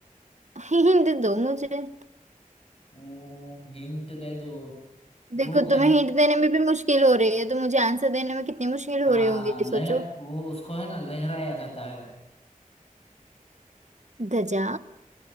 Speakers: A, on the right; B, on the left.
A: हिंट दो मुझे
B: हम्म, हिंट दे दो
A: देखो
B: वो
A: तुम्हें
B: लह
A: हिंट देने में भी मुश्किल हो रही है तो मुझे आंसर देने में कितनी मुश्किल हो
B: हाँ
A: रही होंगी
B: लह
A: सोचो
B: वो उसको है ना लहराया जाता है
A: ध्वजा